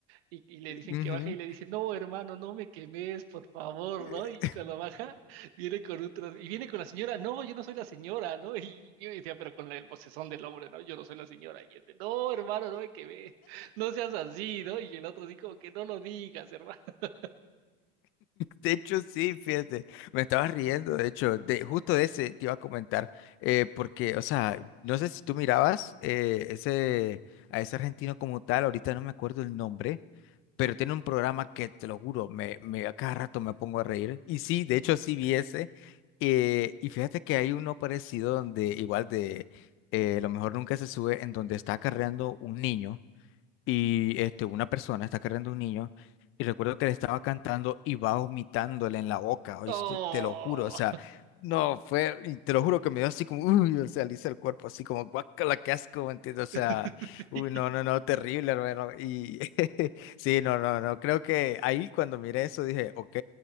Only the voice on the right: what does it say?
y, y le dicen
que baje y le dice, no, hermano, no me quemes, por favor,
¿no? Y, y cuando baja, viene con otro y viene con la señora, no, yo no soy la señora, ¿no? Y, y yo decía, pero con el vocesón del hombre, ¿no? Yo no soy la señora. Y él de, no, hermano, no me quemes no seas así, ¿no? Y el otro así como que no lo digas, hermano. <laughs>
Oh.
<laughs>